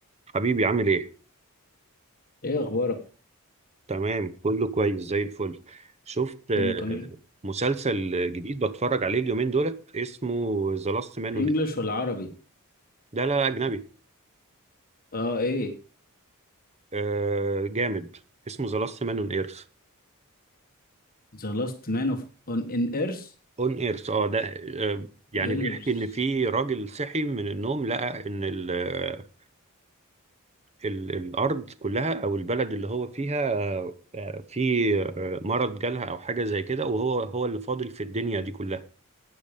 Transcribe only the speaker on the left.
ايه اخبارك
كله كمان
انجلش
ولا عربي
اه ايه
The last man of on in earth
earth